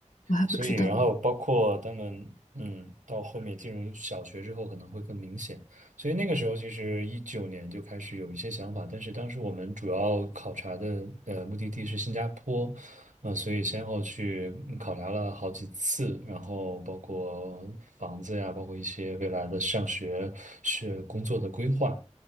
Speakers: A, on the left; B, on the right.
A: 我还不知道，
B: 所以，然后包括他们，嗯，到后面进入小学之后可能会更明显。所以那个时候，其实一九年就开始有一些想法，但是当时我们主要考察的呃目的地是新加坡，呃，所以先后去嗯考察了好几次，然后包括房子呀，包括一些未来的上学、学工作的规划。